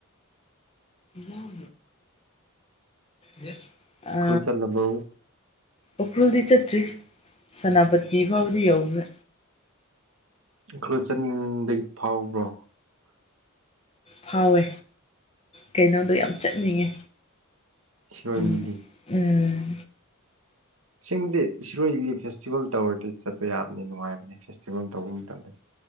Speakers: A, on the left (about 30°); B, on the right (about 70°).
A: ꯑꯣ ꯌꯦ
B: ꯎꯈ꯭ꯔꯨꯜ
A: ꯑ
B: ꯆꯠꯂꯕꯣ
A: ꯎꯈ꯭ꯔꯨꯜꯗꯤ ꯆꯦꯇ꯭ꯔꯤ ꯁꯦꯅꯥꯄꯇꯤ ꯐꯥꯎꯕꯗꯤ ꯌꯧꯈ꯭ꯔꯦ
B: ꯈꯔ ꯆꯠꯅꯤꯡꯕꯒꯤ ꯐꯥꯎꯕ꯭ꯔꯣ
A: ꯐꯥꯎꯋꯦ ꯀꯩꯅꯣꯗꯣ ꯌꯥꯝ ꯆꯠꯅꯤꯡꯉꯦ
B: ꯍꯤꯔꯣꯏꯅꯤꯒꯤ
A: ꯎꯝ ꯎꯝ
B: ꯁꯤꯡꯕꯨꯗꯤ ꯏꯁꯔꯣꯏꯂꯤ ꯐꯦꯁꯇꯤꯚꯦꯜ ꯇꯧꯔꯗꯤ ꯆꯠꯄ ꯌꯥꯝꯅꯤ ꯅꯨꯡꯉꯥꯏꯕꯅꯦ ꯐꯦꯁꯇꯤꯚꯦꯜ ꯇꯧꯕ ꯃꯇꯝꯗꯗꯤ